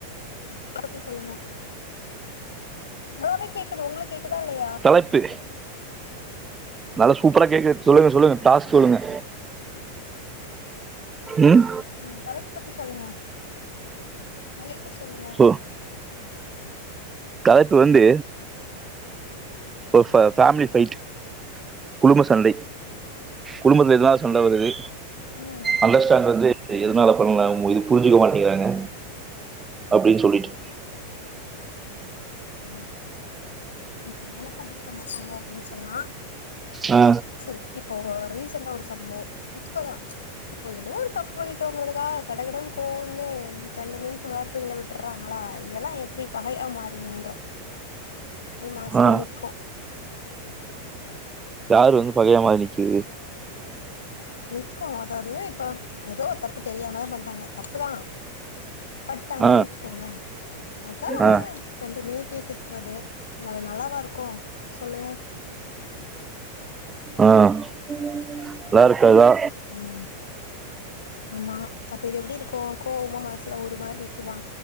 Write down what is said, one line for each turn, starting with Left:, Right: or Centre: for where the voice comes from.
Left: <unintelligible> சொல்லுங்க நல்லாவே கேக்குது உங்களுக்கு கே க்குதா இல்லயா
Right: தலைப்பு நல்லா சூப்பரா கேக்கு சொல்லுங்க சொல்லுங்க டாஸ் சொல்லுங்க ம்
Left: ம் தலைப்பு பத்தி சொல்லுங்க தலைப்பு சொ சொல்லுங்க
Right: சோ தலைப்பு வந்து ஒரு ஃபே ஃபேமிலி பைட் குடும்ப சண்டை குடும்பத்துல எதனால சண்ட வருது
Left: ஆமாங்க
Right: அண்டர்ஸ்டாண்ட் வந்து எதனால பண்ணலா இது புரிஞ்சிக்க மாட்டேங்றாங்க அப்டின்னு சொல்லிட்டு
Left: ம் <unintelligible> பண்ணிருக்கமாட்டாங்க அப்டின் சொல் சொன்னா
Right: ஆ
Left: சரி இப்போ ரீசண்டா ஒரு சம்பவொ இப்பதா இப்ப ஏதோ ஒரு தப்பு பண்ணிட்டோங்றதுக்காக கட கடன் கோவ வந்து கண்டமேனிக்கு வார்த்தைகள விட்றாங்களா இதெல்லா எப்டி பகையா மாறி நின்றோ ப்படே மனசுலே
Right: ஆ
Left: நிக்கு
Right: யாரு வந்து பகையா மாரி நிக்குது
Left: நிக்கு அதாவது இப்ப ஏதோ தப்பு தெரியாமதா பண்ட்டாங்க தப்புதா பட்டாங்கன்
Right: ஆ
Left: வச்சுக்கோங்களே அதுக்காக ஒடனே
Right: ஆ
Left: கண்டமேனிக்கு திட்றது அது நல்லாவாருக்கு சொல்லுங்க
Right: ஆ நல்லாருக்காதா
Left: ம் ஆமா அப்ப இது எப்டிருக்கு கோ கோவங்க மனசுல ஒரு மாரி நிக்குமா